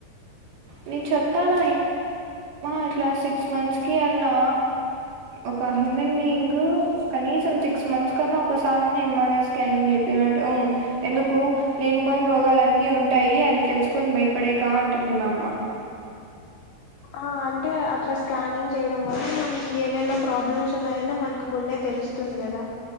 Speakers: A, on the right (about 65°); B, on the left (about 80°).
A: నేను చెప్తాన్న అమ్ అట్లా సిక్స్ మంత్స్ కి అట్లా ఒక హ్యూమన్ బీయింగ్ కనీసం సిక్స్ మంత్స్ కన్నా ఒక్కసారన్నా ఎంఆర్ఐ స్కానింగ్ చేపియ్యాలంట హు ఎందుకు లేని పొని రోగాలు అన్నీ ఉంటాయి అది తెలుసుకొని భయపడేక అంటుంది మా అమ్మ
B: అ <inaudible> టె అట్లా స్కానింగ్ చేయడం వల్ల మనకి ఏవైనా ప్రాబ్లమ్స్ ఉన్నాయని మనకు ముందే తెలుస్తుంది తుంది కదా